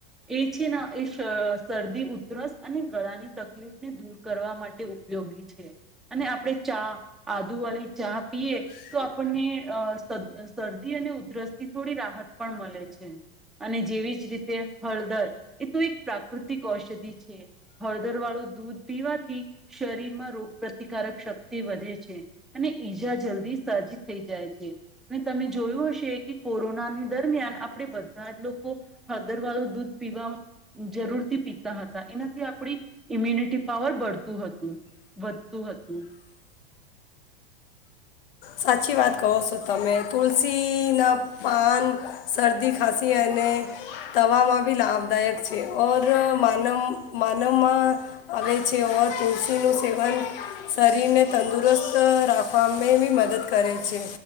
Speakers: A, in the centre; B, on the left (about 65°).
A: એ છે એ શર શરદી ઉધરસ અને ગળાની તકલીફને દૂર કરવા માટે ઉપયોગી છે અને આપણેે ચા આદુ વાળી ચા પીએ તો આપણને અ શર શરદી અને ઉધરસ થી થોડી રાહત પણ મળે છે છે અને જેવી જ રીતે હળદર એ તો એક પ્રાકૃતિક ઔષધિ છે હળદર વાળું દૂધ પીવાથી શરીરમાં રોગ પ્રતિકારક શક્તિ વધે છે અને ઈજા જલ્દી સાજી થઈ જાય છે અને તમે જોયું હશે કે કોરોનાની દરમિયાન આપ આપડે બધા જ લોકો હદરવાળું દૂધ પીવા જરૂરથી પીતા હતા એનાથી આપણી ઇમ્યુનિટી પાવર બઢતું હતું વધતું હતું
B: સાચી વાત કહો છો તમે તુલસીના પાન શરદી ખાંસી અને તવામાં બી લાભદાયક છે ઓર માનવ માનવમાં આવે છે ઓર તુલસીનું સેવન શરીરને તંદુરસ્ત રાખવામાં બી મદદ મદદ કરે છે